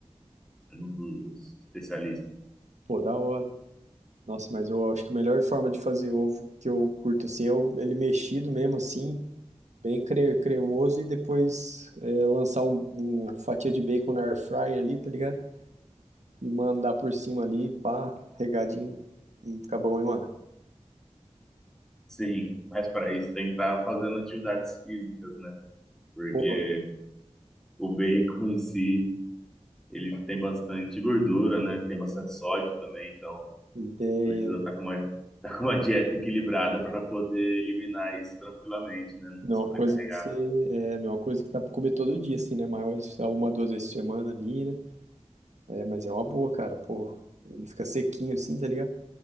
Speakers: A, in the centre; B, on the right.
A: Segundo os especialistas.
B: Pô, da hora. Nossa, mas eu acho que a melhor forma de fazer ovo que eu curto assim é o- ele mexido mesmo assim, bem cre cremoso e depois é, lançar um, um fatia de bacon na air fryer ali, tá ligado? e mandar por cima ali, pá, regadinho, e fica bom, hein, mano?
A: Sim, mas para isso tem que estar fazendo atividades físicas, né? Porque
B: Pô,
A: o bacon em si, ele tem bastante gordura, né? Tem bastante sódio também, então
B: ideia.
A: precisa estar com uma, <laughs> tá com uma dieta equilibrada para poder eliminar isso tranquilamente, né? Não
B: Não
A: sobrecarregar.
B: é uma coisa que você, é, não é uma coisa que dá pra comer todo dia, assim, né? Mas uma, duas vezes por semana ali, né? É, mas é uma boa, cara, pô. Ele fica sequinho assim, tá ligado?